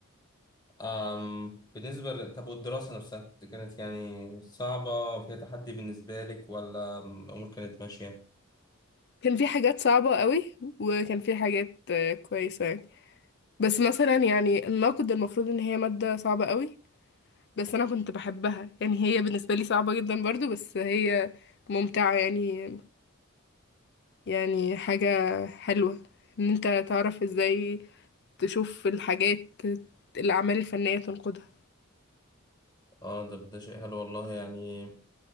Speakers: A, on the left (about 20°); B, on the left (about 55°).
A: أم... بالنسبة ل... طب والدراسة نفسها كنت- كانت يعني صعبة فيها تحدي بالنسبة لك ولا أم- الأمور كانت ماشية؟
B: كان في حاجات صعبة قوي وكان في حاجات آه، كويسة يعني بس مثلا يعني النقد المفروض ان هي مادة صعبة قوي بس انا كنت بحبها يعني هي بالنسبة لي صعبة جدا برضو بس هي ممتعة يعني يعني حاجة حلوة ان انت تعرف ازاي تشوف الحاجات الاعمال الفنية تنقدها
A: اه ده ده شيء حلو والله يعني